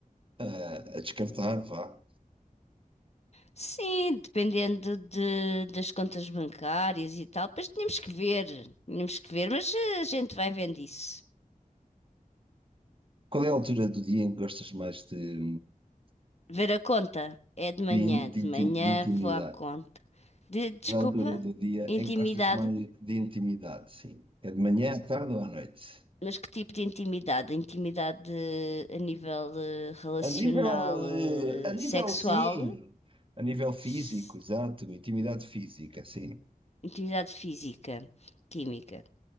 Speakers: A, on the right; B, on the left.
A: a, a descartar, vá.
B: sim, dependendo de, das contas bancárias e tal, depois tínhamos que ver, tínhamos que ver, mas eh, a gente vai vendo isso.
A: Qual é a altura do dia em que gostas mais de,
B: Ver a conta. É de
A: de,
B: manhã. De
A: de inti-
B: manhã
A: de intimidade?
B: vou à conta. De- desculpa,
A: Qual é a altura do dia
B: intimidade.
A: em que gostas mais de intimidade, sim? É de manhã, à tarde ou à noite?
B: Mas que tipo de intimidade? Intimidade eh, a nível eh, relacional,
A: A nível,
B: eh,
A: eh, a nível,
B: sexual,
A: sim. A nível físico,
B: s-
A: exato. Intimidade física, sim.
B: intimidade física, química.